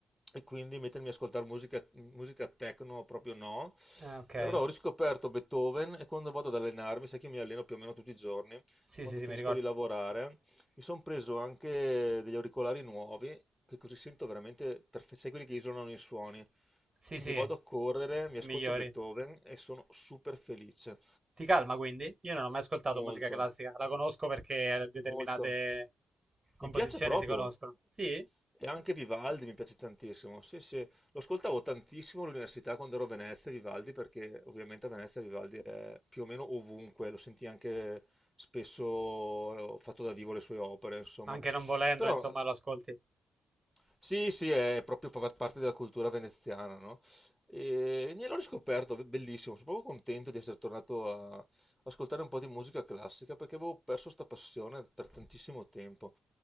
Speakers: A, in the centre; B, on the right.
A: e quindi mettermi a ascoltare musica, musica techno proprio no.
B: Ah, ok.
A: E allora ho riscoperto Beethoven e quando vado ad allenarmi, sai che io mi alleno più o meno tutti i giorni,
B: Sì,
A: quando
B: sì, sì,
A: finisco
B: mi ricordo.
A: di lavorare mi sono preso anche degli auricolari nuovi, che così sento veramente perfetti, sai quelli che isolano i suoni.
B: Sì,
A: Quindi
B: sì,
A: vado a correre, mi ascolto
B: i migliori.
A: Beethoven e sono super felice.
B: Ti calma, quindi? Io non ho mai ascoltato
A: Molto,
B: musica classica. La conosco perché determinate
A: molto.
B: composizioni
A: Mi piace proprio.
B: si conoscono. Sì?
A: E anche Vivaldi mi piace tantissimo. Sì, sì, lo ascoltavo tantissimo all'università quando ero a Venezia, Vivaldi, perché ovviamente a Venezia Vivaldi è più o meno ovunque, lo senti anche spesso eh, fatto da vivo le sue opere, insomma.
B: Anche non volendo,
A: Però
B: insomma, lo ascolti.
A: Sì, sì, è proprio pa- parte della cultura veneziana, no? E ne l'ho riscoperto, be- bellissimo, sono proprio contento di essere tornato a ascoltare un po' di musica classica perché avevo perso sta passione per tantissimo tempo.